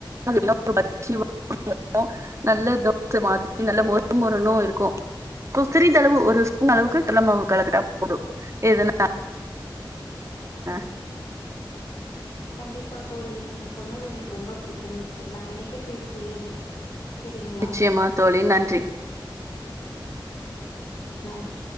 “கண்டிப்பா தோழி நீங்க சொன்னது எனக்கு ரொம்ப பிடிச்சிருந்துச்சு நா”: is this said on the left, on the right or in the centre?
Left